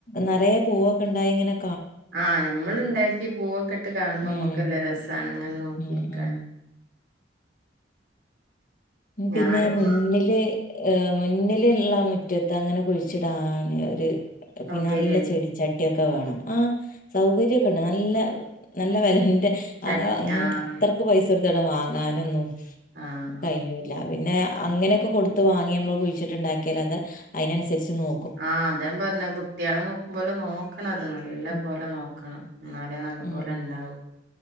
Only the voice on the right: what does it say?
ആഹ് ഞമ്മള് ഇണ്ടാക്കി പൂവൊക്കെ ഇട്ട് കാണുമ്പോ
നമ്മുക്കല്ല രസാണ് ഇങ്ങനെ നോക്കിയിരിക്കാന്
ഞാനിപ്പോ
സൗകര്യല്ലേ
ചട്ടി
ആഹ്
ആഹ്
ആഹ് അതാണ് പറഞ്ഞത് കുട്ടിയേളെ നോക്കുമ്പോലെ നോക്കണം അത് നല്ല
പോലെ നോക്കണം ഇന്നാലേ നല്ലപോലെ
ഇണ്ടാവൂ